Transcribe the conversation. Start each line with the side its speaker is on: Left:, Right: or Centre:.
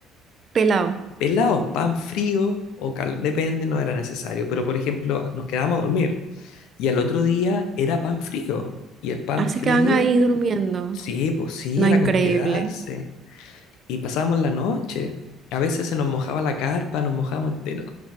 Right: Pelado.
Left: pelado, pan frío o cal, depende, no era necesario, pero por ejemplo, nos quedábamos a dormir y al otro día era pan frío, y el pan
Right: Así
Left: frío,
Right: quedan ahí durmiendo.
Left: sí, pues sí,
Right: No,
Left: era
Right: increíble.
Left: con quedarse. y pasábamos la noche. A veces se nos mojaba la carpa, nos mojábamos entero,